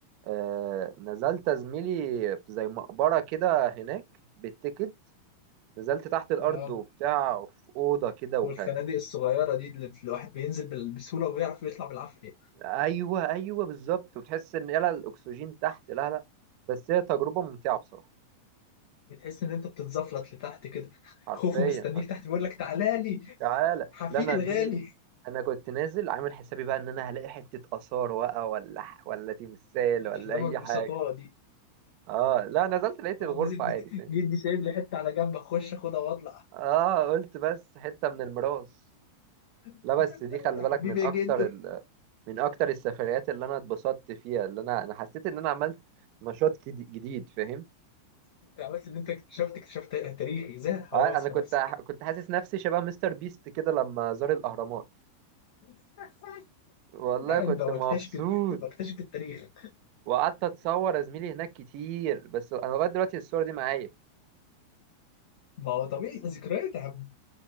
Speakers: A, on the right (about 45°); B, on the left (about 50°).
A: آه، نزلت يا زميلي في زي مقبرة كده هناك بالتيكت نزلت تحت الأرض
B: اه
A: وبتاع في أوضة كده وكان
B: والخنادق الصغيره دي اللي الواحد بينزل بال- بسهوله ويعرف يطلع بالعافيه
A: أيوه أيوه بالظبط وتحس إن يلا الأكسجين تحت لا لا بس هي تجربة ممتعة بصراحة
B: بتحس ان انت بتتزفلط لتحت كده <laughs>
A: حرفيا
B: خوفه مستنيك تحت بيقول لك تعالى لي
A: تعالى
B: حفيدي
A: لا أنا
B: الغالي
A: يا زميلي أنا كنت نازل عامل حسابي بقى إن أنا هلاقي حتة آثار بقى ولا ولا تمثال
B: <laughs>
A: ولا
B: احلام
A: أي
B: البسطاء
A: حاجة اه لا نزلت لقيت
B: اه
A: الغرفة
B: نازل
A: عادي
B: <laughs>
A: فاهم
B: جدي سايب لي حته على جنب اخش اخدها واطلع
A: اه قلت بس حتة من الميراث
B: <laughs>
A: لا بس دي خلي
B: يا
A: بالك
B: حبيبي
A: من اكتر
B: يا جدو
A: ال... من اكتر السفريات اللي انا اتبسطت فيها اللي انا انا حسيت ان انا عملت نشاط كد- جديد فاهم
B: انت عملت اللي انت اكتشفت اكتشفت تاريخي زي الحواس
A: آه، انا
B: في
A: كنت
B: نفسك
A: كنت حاسس نفسي شبه مستر بيست كده لما زار الاهرامات
B: <laughs>
A: والله
B: قاعد
A: كنت
B: بكتشف
A: مبسوط
B: بكتشف التاريخ
A: وقعدت اتصور يا زميلي هناك كتير بس انا لغايه دلوقتي الصور دي معايا
B: ما هو طبيعي ذكريات يا عم